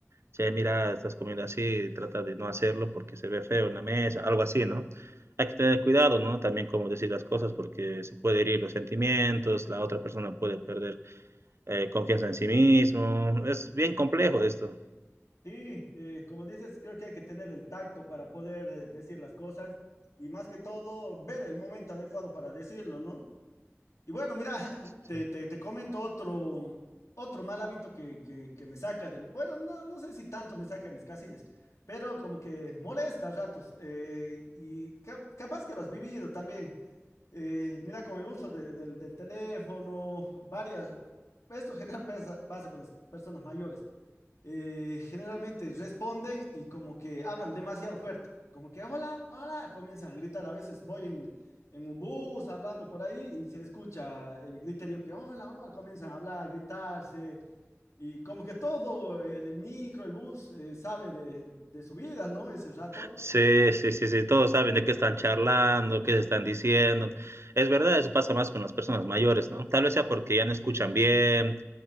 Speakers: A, on the right (about 60°); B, on the left (about 85°).
A: che, mira, estás comiendo así, trata de no hacerlo porque se ve feo en la mesa, algo así, ¿no? Hay que tener cuidado, ¿no? También cómo decir las cosas porque se puede herir los sentimientos, la otra persona puede perder eh, confianza en sí mismo. Es bien complejo esto.
B: Sí, eh, como dices, creo que hay que tener el tacto para poder eh, decir las cosas y más que todo ver el momento adecuado para decirlo, ¿no? Y bueno, mira, <laughs>
A: Sí.
B: te, te, te comento otro, otro mal hábito que, que, que me saca de, bueno, no, no sé si tanto me saca de mis casillas, pero como que molesta a ratos eh, y cap- capaz que lo has vivido también. Eh, mira, con el uso de- del del teléfono, varias, esto general pasa, pasa con las personas mayores. eh, generalmente responden y como que hablan demasiado fuerte, como que hola, hola, comienzan a gritar. A veces voy en, en un bus hablando por ahí y se escucha el griterío que hola, hola, comienzan a hablar, a gritarse y como que todo el, el micro, el bus eh, sabe de, de su vida, ¿no? Ese rato.
A: Sí, sí, sí, sí, todos saben de qué están charlando, qué se están diciendo. Es verdad, eso pasa más con las personas mayores, ¿no? Tal vez sea porque ya no escuchan bien,